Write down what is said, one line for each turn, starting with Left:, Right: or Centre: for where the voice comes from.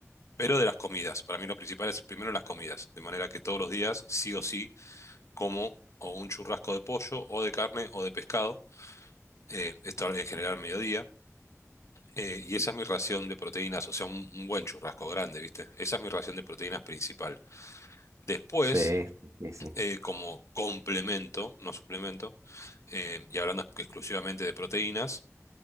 Left: pero de las comidas. Para mí lo principal es primero las comidas, de manera que todos los días sí o sí como o un churrasco de pollo o de carne o de pescado, eh, esto en general al mediodía. eh, y esa es mi ración de proteínas, o sea, un, un buen churrasco grande, ¿viste? Esa es mi ración de proteínas principal. Después
Right: Sí, sí, sí.
Left: eh, como complemento, no suplemento, eh, y hablando exclusivamente de proteínas,